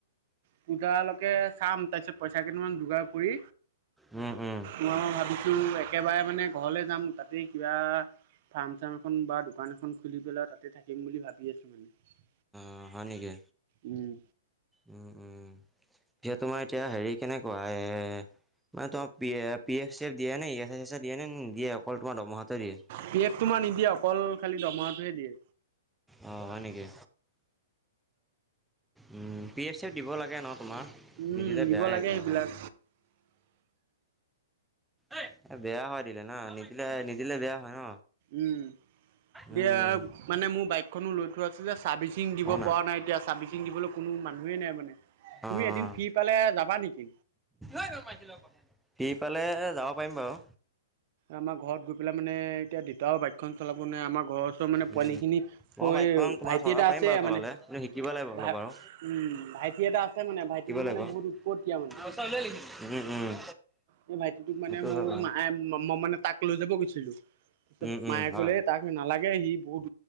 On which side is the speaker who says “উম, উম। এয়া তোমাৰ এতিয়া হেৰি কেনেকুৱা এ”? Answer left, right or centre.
Centre